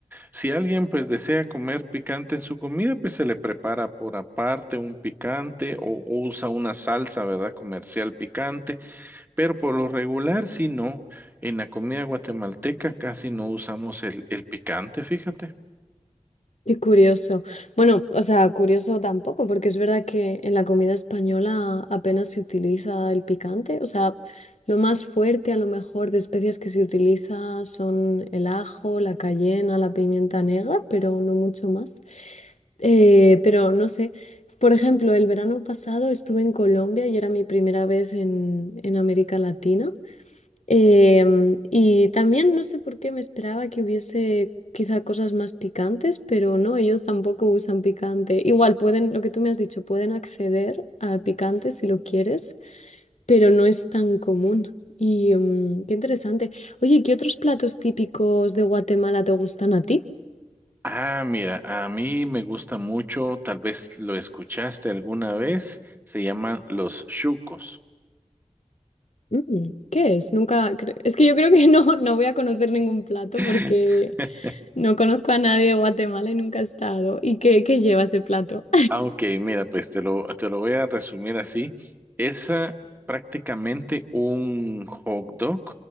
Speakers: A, on the right (about 15°); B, on the left (about 65°).
A: Si alguien pues desea comer picante en su comida, pues se le prepara por aparte un picante o, o usa una salsa, ¿verdad? Comercial picante, pero por lo regular sí no. En la comida guatemalteca casi no usamos el, el picante, fíjate.
B: Qué curioso. Bueno, o sea, curioso tampoco, porque es verdad que en la comida española apenas se utiliza el picante. O sea, lo más fuerte a lo mejor de especias que se utiliza son el ajo, la cayena, la pimienta negra, pero no mucho más. Eh, pero no sé, por ejemplo, el verano pasado estuve en Colombia y era mi primera vez en, en América Latina. Em, y también no sé por qué me esperaba que hubiese quizá cosas más picantes, pero no, ellos tampoco usan picante. Igual pueden, lo que tú me has dicho, pueden acceder al picante si lo quieres, pero no es tan común. Y em, qué interesante. Oye, ¿qué otros platos típicos de Guatemala te gustan a ti?
A: Ah, mira, a mí me gusta mucho, tal vez lo escuchaste alguna vez, se llaman los chucos.
B: Mm, ¿qué es? Nunca, cre- es que yo creo que <laughs> no, no voy a conocer ningún plato
A: <laughs>
B: porque no conozco a nadie de Guatemala y nunca he estado. ¿Y qué, qué lleva ese plato?
A: Ah, ok, mira, pues te lo, te lo voy a resumir así. Es ah, prácticamente un hot dog,